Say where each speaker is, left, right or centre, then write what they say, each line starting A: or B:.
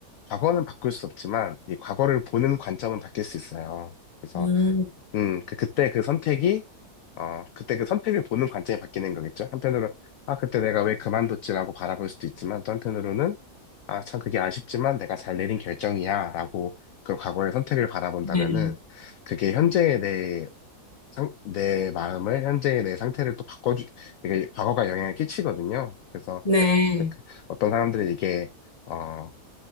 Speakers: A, on the left; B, on the left.
A: 과거는 바꿀 수 없지만 이 과거를 보는 관점은 바뀔 수 있어요. 그래서
B: 음,
A: 음, 그 그때 그 선택이 어, 그때 그 선택을 보는 관점이 바뀌는 거겠죠. 한편으로 아, 그때 내가 왜 그만뒀지라고 바라볼 수도 있지만 또 한편으로는 아, 참 그게 아쉽지만 내가 잘 내린 결정이야라고 그 과거의 선택을 바라본다면은
B: 네,
A: 그게 현재의 내, 상- 내 마음을 현재의 내 상태를 또 바꿔주 이게 과거가 영향을 끼치거든요. 그래서
B: 네,
A: 그- 어떤 사람들이 이게 어